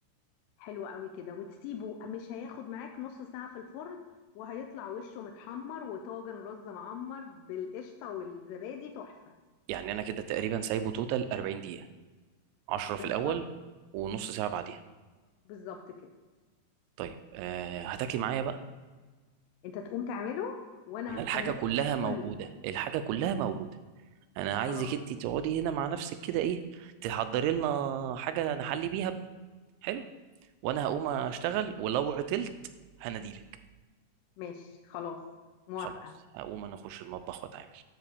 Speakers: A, on the left; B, on the right.
A: حلو قوي كده وتسيبه مش هياخد معاك نص ساعة في الفرن وهيطلع وشه متحمر وطاجن رز معمر بالقشطة والزبادي تحفة
B: يعني انا كده تقريبا سايبه توتال 40 دقيقه 10
A: بالظبط
B: في الاول ونص ساعه بعديها
A: بالظبط كده
B: طيب أه هتاكلي معايا بقى
A: انت تقوم تعمله وانا
B: انا
A: هستناك
B: الحاجه كلها
A: ت-
B: موجوده
A: كله
B: الحاجه كلها موجوده انا عايزك
A: خلاص
B: انت تقعدي هنا مع نفسك كده ايه تحضري لنا حاجه نحلي بيها بقى حلو وانا هقوم اشتغل ولو عطلت هناديلك
A: ماشي خلاص موافقة
B: خلاص هقوم انا اخش المطبخ واتعامل